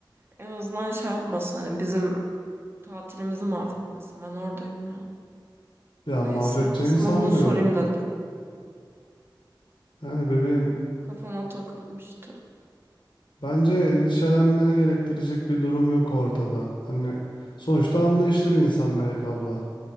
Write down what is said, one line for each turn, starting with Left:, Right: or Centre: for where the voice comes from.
Right: En azından şey yapmasın hani bizim tatilimizi mahvetmesin. Ben oradayım ya.
Left: Ya
Right: Neyse
Left: mahvedeceğini
Right: sana
Left: sanmıyorum.
Right: bunu sorayım dedim.
Left: Yani bebeğim
Right: Kafama takılmıştı.
Left: Bence endişelenmeni gerektirecek bir durum yok ortada. Hani sonuçta anlayışlı bir insan Melek abla.